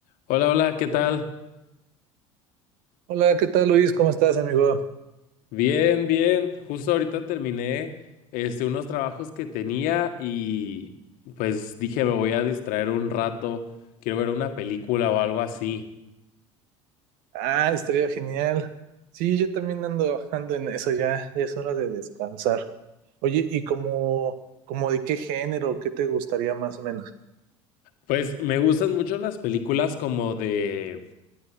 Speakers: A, on the left; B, on the right.
A: Hola, hola, ¿qué tal?
B: Hola, ¿qué tal Luis? ¿Cómo estás, amigo?
A: Bien, bien. Justo ahorita terminé este, unos trabajos que tenía y pues dije me voy a distraer un rato, quiero ver una película o algo así.
B: Ah, estaría genial. Sí, yo también ando, ando en eso ya, ya es hora de descansar. Oye, ¿y como, como de qué género, qué te gustaría más o menos?
A: Pues me gustan mucho las películas como de